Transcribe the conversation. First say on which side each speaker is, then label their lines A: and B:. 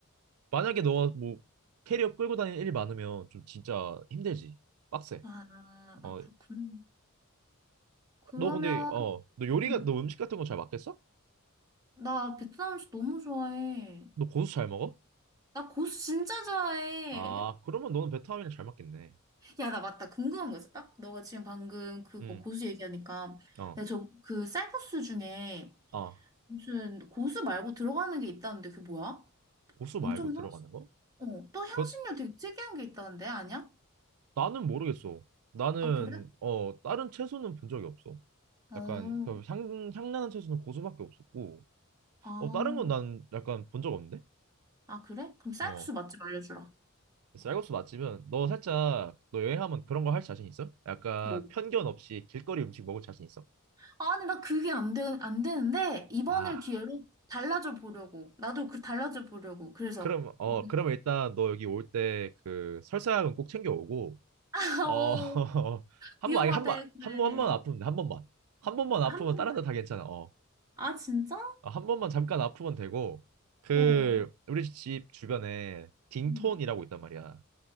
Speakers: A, on the right; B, on the right.
A: 만약에 너가 뭐 캐리어 끌고 다니는 일이 많으면 좀 진짜 힘들지. 빡세.
B: 아,
A: 어,
B: 아, 그렇군. 그러면,
A: 너 근데 어, 너 요리가
B: 음,
A: 너 음식 같은 거 잘 맞겠어?
B: 나 베트남 음식 너무 좋아해.
A: 너 고수 잘 먹어?
B: 나 고수 진짜 좋아해.
A: 아, 그러면 너는 베트남이랑 잘 맞겠네.
B: 야, 나 맞다. 궁금한 거 있어. 딱 너가 지금 방금 그거
A: 응.
B: 고수 얘기하니까
A: 어.
B: 내가 저 그 쌀국수 중에
A: 아,
B: 무슨 고수 말고 들어가는 게 있다는데 그게 뭐야?
A: 고수
B: 엄청
A: 말고 들어가는
B: 향,
A: 거?
B: 어, 또 향신료
A: 그것
B: 되게 특이한 게 있다는데 아니야?
A: 나는 모르겠어. 나는
B: 아, 그래?
A: 어 다른 채소는 본 적이 없어.
B: 어,
A: 약간 그 향, 향나는 채소는 고수밖에 없었고
B: 아,
A: 어 다른 건 난 약간 본 적 없는데?
B: 아, 그래? 그럼 쌀국수
A: 어
B: 맛집 알려주라.
A: 쌀국수 맛집은 너 살짝 너 여행하면 그런 거 할 자신 있어? 약간
B: 뭐?
A: 편견 없이 길거리 음식 먹을 자신 있어?
B: 아니, 나 그게 안 되, 안 되는데 이번을
A: 아
B: 기회로 달라져 보려고. 나도 그 달라져 보려고. 그래서.
A: 그럼
B: <laughs>
A: 어
B: 막-
A: 그러면 일단 너 여기 올 때 그 설사약은 꼭 챙겨오고
B: 어,
A: 어 <laughs> 한번
B: 위험하대,
A: 아니 한번
B: 그래.
A: 한 번 한 번 아프면 돼, 한 번만 한 번만
B: 한
A: 아프면
B: 번만?
A: 다른 데다 괜찮아 어.
B: 아, 진짜?
A: 아, 한 번만 잠깐 아프면 되고 그
B: 어,
A: 우리 집 주변에 딩톤이라고
B: 음.
A: 있단 말이야.